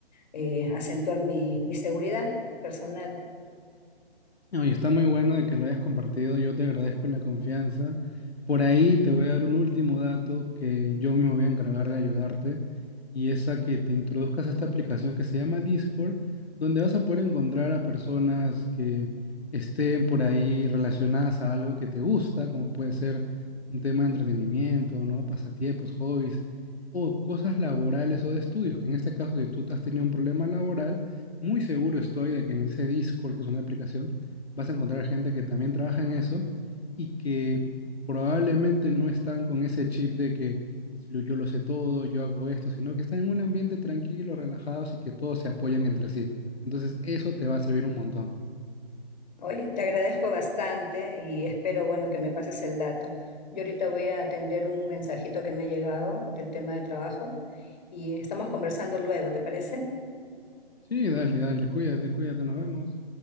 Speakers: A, on the left; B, on the left.
A: eh, acentuar mi, mi seguridad personal.
B: No, y está muy bueno de que lo hayas compartido. Yo te agradezco la confianza. Por ahí te voy a dar un último dato que yo mismo voy a encargar de ayudarte. Y es a que te introduzcas a esta aplicación que se llama Discord, donde vas a poder encontrar a personas que estén por ahí relacionadas a algo que te gusta, como puede ser un tema de entretenimiento, ¿no? Pasatiempos, hobbies, o cosas laborales o de estudios, que en este caso, si tú has tenido un problema laboral, muy seguro estoy de que en ese Discord, que es una aplicación, vas a encontrar gente que también trabaja en eso y que probablemente no están con ese chip de que lo- yo lo sé todo, yo hago esto, sino que están en un ambiente tranquilo, relajados y que todos se apoyan entre sí. Entonces, eso te va a servir un montón.
A: Oye, te agradezco bastante y espero, bueno, que me pases el dato. Yo ahorita voy a atender un mensajito que me ha llegado del tema de trabajo y estamos conversando luego, ¿te parece?
B: Sí, dale, dale, cuídate, cuídate, nos vemos.